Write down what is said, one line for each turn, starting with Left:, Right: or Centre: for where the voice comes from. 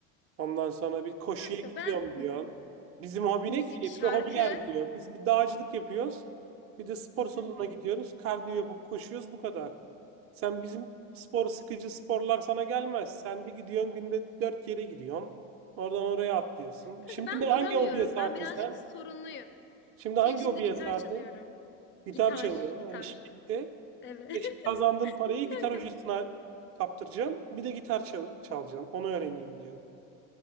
Right: Ondan sonra bir koşuya
Left: Kanka
Right: gidiyorum
Left: ben m-
Right: diyorsun. Bizim hobi
Left: müzik,
Right: ne ki? Bir
Left: şarkı.
Right: de hobiler diyor. Biz bir dağcılık yapıyoruz. Bir de spor salonuna
Left: Hı hı.
Right: gidiyoruz. Kardiyo yapıp koşuyoruz bu kadar. Sen bizim spor sıkıcı sporlar sana gelmez. Sen bir gidiyorsun günde dört yere gidiyorsun. Oradan oraya atlıyorsun.
Left: Kanka
Right: Şimdi
Left: ben
Right: ne hangi
Left: duramıyorum.
Right: hobiye sardın
Left: Ben birazcık
Right: sen?
Left: sorunluyum.
Right: Şimdi
Left: Şey
Right: hangi
Left: şimdi
Right: hobiye
Left: gitar
Right: sardın?
Left: çalıyorum.
Right: Gitar
Left: Gitar,
Right: çalıyorsun.
Left: gitar.
Right: Ha, iş bitti.
Left: Evet.
Right: Beşi Kazandığın parayı
Left: <laughs>
Right: gitar
Left: Kanka,
Right: hocasına kaptıracaksın. Bir de gitar çal çalacaksın. Onu öğreneyim diyor.